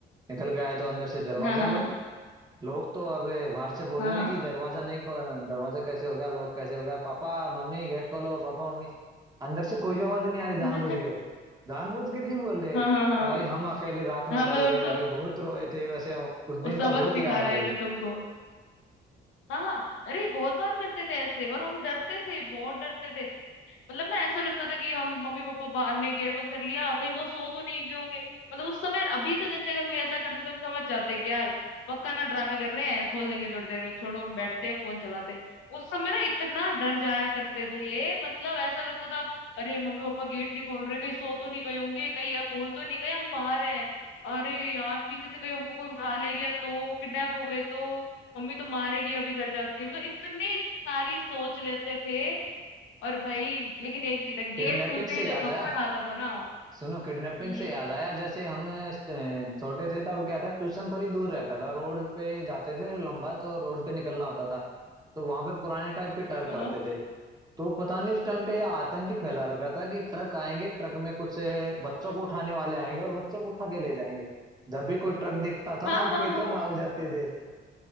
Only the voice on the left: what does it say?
हाँ हाँ
हाँ
हाँ
हाँ
<laughs>
हाँ हाँ हाँ
हाँ,
मतलब
उनको
वो सबक
सिखा
रहे
थे तुमको हाँ हाँ अरे बहुत बार करते थे ऐसे और हम डरते थे बहुत डरते थे मतलब ना ऐसा लगता था कि हम मम्मी पापा बाहर ने गेट बंद कर लिया कहीं वो सो तो नहीं गए होंगे मतलब उस समय अभी तो जैसे अगर कोई ऐसा करते तो हम समझ जाते कि यार पक्का ना ड्रामे कर रहे हैं खोल देंगे थोड़ी देर में छोड़ो बैठते फोन चलाते उस समय ना इतना डर जाया करते थे मतलब ऐसा लगता था अरे मम्मी पापा गेट नहीं खोल रहे कहीं सो तो नहीं गए होंगे कहीं यार भूल तो नहीं गए हम बाहर हैं अरे यार पीछे से कहीं हमको कोई उठा ले गया तो किडनैप हो गए तो मम्मी तो मारेगी अभी घर जाती मतलब इतनी सारी सोच लेते थे और भाई लेकिन एक चीज है गेट
खुलते
ही जो
थप्पड़
आता था ना
हम्म
हाँ
हाँ
हाँ
हाँ